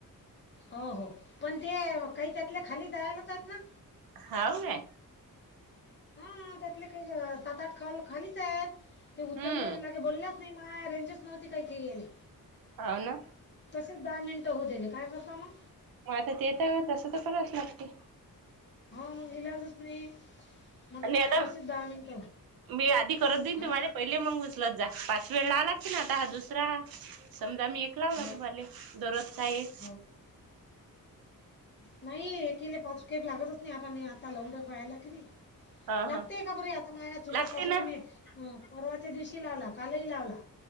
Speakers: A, on the left; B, on the right.
A: हो हो पण ते काही त्यातले खाली जायला होतात ना
B: हाव काय
A: हा. त्यातले काही सात आठ खा खालीच आहेत ते उचललेले
B: हम्म
A: नाही ते बोलले असते नाही मला रेंजच नव्हती काही काही केल्या
B: हावना
A: दहा मिनिट होऊ दिले काय करता मग
B: मग आता तेेत तसं तर करावच करलागते.
A: हो मग इलाजच नाही. म्हटलं
B: आणि
A: माय
B: हॅलो
A: तसेच दहा मिनिटं हो
B: मी आधी करत जाईन
A: हा
B: तुम्हाले पहिले मग उचलत जा पाच वेळ लाववा लागते ना आता हा दुसरा समजा आम्ही एक लावला
A: हो
B: तुम्हाला दररोज चा एक
A: हो नाही ऐकिले पाच खेप लागताच नाही आता मी आता लवून रायला कि नाही
B: हा
A: लागतेय
B: हा
A: का बरे आता माया चुलत
B: लागते
A: सासूला
B: ना
A: मी अं परवाच्या दिवशी लावला कालही लावला